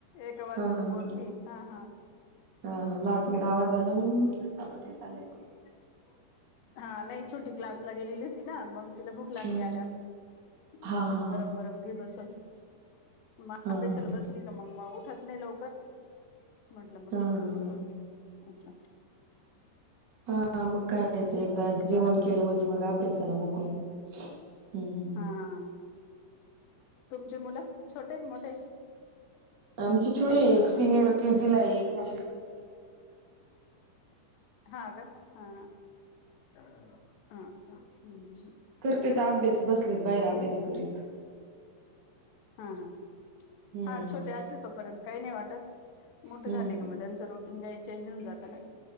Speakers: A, on the left; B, on the right.
A: एका बाजूला
B: हा हा हा.
A: बोलतीये हा हा
B: हा
A: हम्म
B: हा लाटण्याट्यात
A: हम्म
B: आवाज आला म्हणून म्हणलं चपात्या चालल्या
A: <unintelligible> हा नाही छोटी क्लासला गेलेली होती ना, मंग तिला भुक लागली
B: हम्म.
A: आल्यावर
B: हा
A: म्हंटलं
B: हा
A: मग
B: हा.
A: गरम गरम घे बसून, म
B: हा
A: अभ्यासाला
B: हा.
A: बसली का मंग उ खात नाही लवकर म्हटलं मग
B: हा
A: घे
B: हा
A: जेवण करून
B: हा.
A: अस
B: हा मग काय ते एकदा
A: बर
B: जेवण केलं म्हणजे मग अभ्यासाला मोकळे. हम्म हम्म.
A: हा हा तुमचे मुलं छोटे आहे का मोठे?
B: आमची छोटी आहे
A: हा
B: एक सिनियर
A: हा
B: के जी ला एक
A: हा का हा हा हम्म हम्
B: ते तर अभ्यास बसलेत बाहेर अभ्यास करीत.
A: हा हा
B: हम्म
A: हा छोटे असे तोपर्यंत काही नाही वाटत. मोठं
B: हम्म
A: झालंय का मग त्यांच रुटीन काय चेंज होऊन जातं ना.